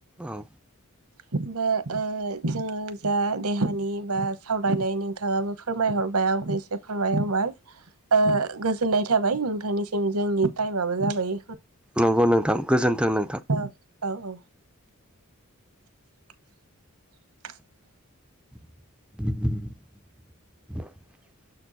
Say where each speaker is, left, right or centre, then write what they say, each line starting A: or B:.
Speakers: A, in the centre; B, on the right.
A: औ
B: होमबा ओ जोङो जा देहानि बा सावरायनाय नोंथाङाबो फोरमायहर बाय आंखौ एसे फोरमायहोबाय ओ गोजोननाय थाबाय नोंथांनिसिम जोंनि टाइमाबो जाबाय
A: नंगौ नोंथां गोजोन्थों नों
B: ओ औ औ <inaudible>
A: <inaudible>